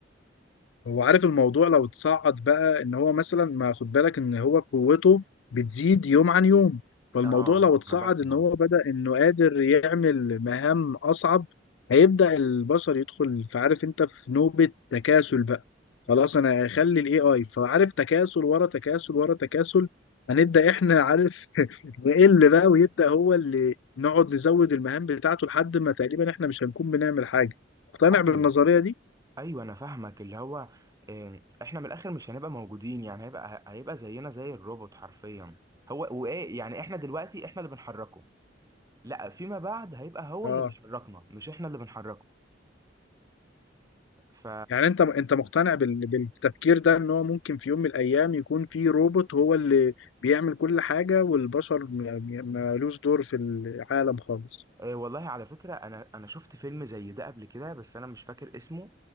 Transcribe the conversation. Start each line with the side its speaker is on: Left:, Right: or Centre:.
Left: هو عارف الموضوع لو اتصعد بقى ان هو مثلا ما خد بالك ان هو قوته بتزيد يوم عن يوم فالموضوع
Right: اه
Left: لو اتصعد
Right: انا بسمع
Left: ان هو بدأ انه قادر يعمل مهام اصعب هيبدأ البشر يدخل في عارف انت في نوبة تكاسل بقى خلاص انا هخلي الاي اي فعارف تكاسل ورا تكاسل ورا تكاسل هنبدأ احنا عارف <laughs> نقل بقى ويبدأ هو اللي نقعد نزود المهام بتاعته لحد ما تقريبا احنا مش هنكون بنعمل حاجة مقتنع
Right: حصل
Left: بالنظرية دي؟
Right: ايوه انا فاهمك اللي هو آه، احنا من الاخر مش هنبقى موجودين يعني هيبقى هيبقى زينا زي الروبوت حرفيا هو وايه يعني احنا دلوقتي احنا اللي بنحركه لا فيما بعد هيبقى هو
Left: اه
Right: اللي بيحركنا مش احنا اللي بنحركه ف
Left: يعني انت انت مقتنع بال- بالتفكير ده ان هو ممكن في يوم من الايام يكون في روبوت هو اللي بيعمل كل حاجة والبشر ما- ما- مالوش دور في العالم خالص
Right: آه والله على فكرة أنا أنا شفت فيلم زي ده قبل كده بس أنا مش فاكر اسمه